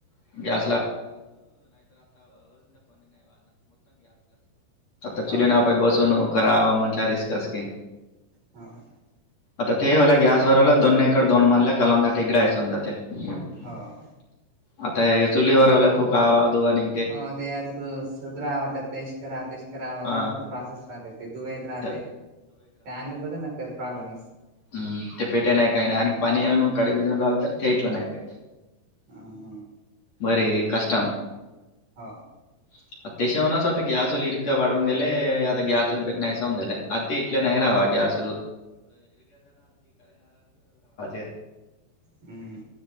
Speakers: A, on the left; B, on the right.
A: <unintelligible> आता चुली
B: हो
A: ना
B: हो
A: प बसून न करा, आवा म्हणाव च रिस्कच की.
B: हां..
A: आता ते हो गॅसवरल दोन्हीकडे दोनड मनल्या कल <unintelligible>
B: हं..
A: आता हे चुली वरल्या, फूंका आवा अधुवा नि
B: <unintelligible>
A: अ त्यात
B: त्याल कुठं न कर प्रॉब्लेम असं.
A: हम्.. ते पेटे नाही काही नाही आणि, पाणी आणु कडे भिजून राहिलं तर पेटलं नाही ते.
B: अं..
A: बरी हे कष्टम
B: हां..
A: <inaudible> अं ते केशवच आता गॅसल इर्ग वाढूून दिले, आता गॅसल भेटस गेले आता इटले नाही राहा गॅस. <unintelligible>
B: हम्म..